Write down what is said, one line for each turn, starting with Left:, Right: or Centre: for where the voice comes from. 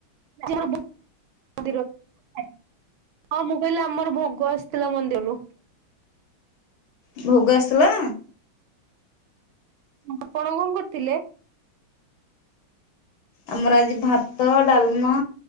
Right: <unintelligible> ହଁ ମୁଁ କହିଲି ଆମର ଭୋଗ ଆସିଥିଲା ମନ୍ଦିରରୁ।
Left: ଭୋଗ ଆସିଥିଲା
Right: ଆପଣ କଣ କରଥିଲେ।
Left: ଆମର ଆଜି ଭାତ ଡାଲମା